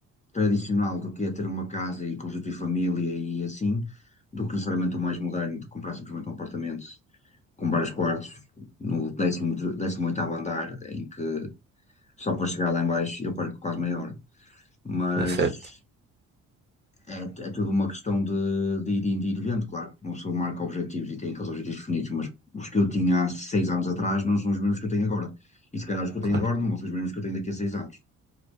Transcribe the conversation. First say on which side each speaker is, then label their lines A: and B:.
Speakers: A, on the left; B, on the right.
A: tradicional do que é ter uma casa e constituir família e assim, do que necessariamente o mais moderno de comprar simplesmente um apartamento com vários quartos no décimo de- décimo oitavo andar, em que só para chegar lá em baixo eu perco quase meia hora. Mas
B: é certo?
A: é, é tudo uma questão de, de ir indo e ir vendo, claro, que uma pessoa marca objetivos e tem aqueles objetivos definidos, mas os que eu tinha há seis anos atrás não são os mesmos que eu tenho agora. E se calhar os que eu
B: Claro.
A: tenho agora não são os mesmos que eu tenho daqui a seis anos.